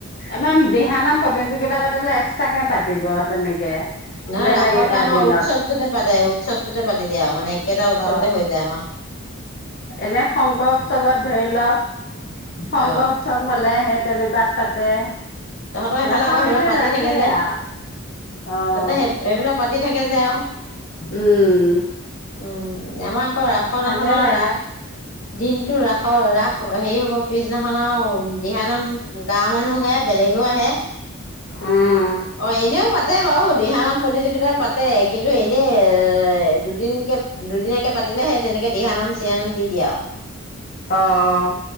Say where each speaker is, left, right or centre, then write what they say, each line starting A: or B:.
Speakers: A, on the left; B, on the left.
A: আমাৰ দিহানাম প্ৰতিযোগিতা পাতিলে এক্সট্ৰাকে পাতিব তেনেকে।
B: নাই
A: বেলেগ
B: ৰাসতে
A: এটা
B: আমাৰ
A: দিনত
B: উৎসৱটোতে পাতে উৎসৱ টোতে পাতি দিয়া মানে কেইটা উৎসৱতে
A: অ'।
B: হৈ যায় আমাৰ।
A: এনে শংকৰ উৎসৱত ধৰি লওঁ শংকৰ
B: অ
A: উৎসৱ হ'লে হে তেনেকুৱাত পাতে।
B: তহঁতৰ সেইফালে
A: ৰাসৰ
B: আকৌ সেইবিলাক
A: কেইদিন
B: পাতি
A: ৰাখেই
B: থাকে যে,
A: আৰু অ',
B: তাতে সেই সেইবিলাক পাতি থাকে কে যেও
A: উম।
B: উম, আমাৰ আকৌ ৰাসনাখনা
A: ভালে লাগে
B: ৰাস দিনটো ৰাসৰ ৰাস অ', হেৰি হ'ব। পিছদিনাখন আৰু দিহানাম গাঁৱৰ মানুহ গায় বেলেগও আহে
A: উম,
B: অ', এনেও পাতে আৰু দিহানাম প্ৰতিযোগিতা পাতে কিন্তু এনেই এ দুদিনকে দুদিনিয়াকে পাতিলে সেই তেনেকে দিহা নাম চি দিহা নাম দি দিয়ে আৰু
A: অহ,